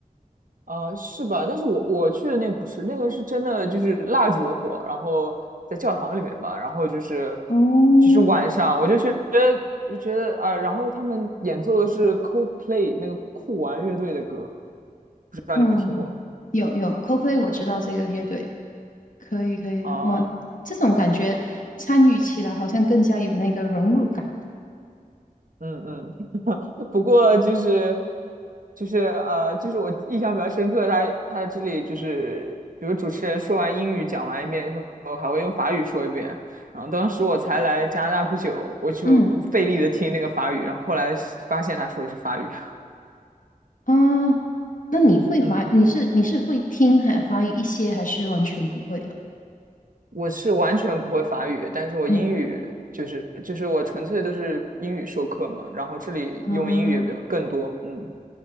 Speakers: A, on the right; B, on the left.
A: 啊，是吧？但是我我去的那个不是，那个是真的就是蜡烛的火，然后在教堂里面吧，然后就是
B: 哦，
A: 就是晚上，我就觉得就觉得啊，然后他们演奏的是 Coldplay 那个酷玩乐队的歌，不知道你有没有听过
B: 哇，有有 c o p l a y 我知道这个乐队，可以可以，
A: 啊？
B: 哇，这种感觉参与起来好像更加有那个融入感。
A: 嗯嗯，<laughs> 不过就是就是呃，就是我印象比较深刻，他他这里就是，比如主持人说完英语讲完一遍以后，还会用法语说一遍。然后当时我才来加拿大不久，我就费力的听那个法语，
B: 嗯。
A: 然后后来发现他说的是法语。
B: 啊，那你会华，
A: <laughs> 嗯，
B: 你是你是会听还法语一些，还是完全不会的？
A: 我是完全不会法语，但是我英语就是就是我纯粹都是英语授课嘛，
B: 嗯
A: 然后这里用英语也比较更多。
B: 啊，
A: 嗯，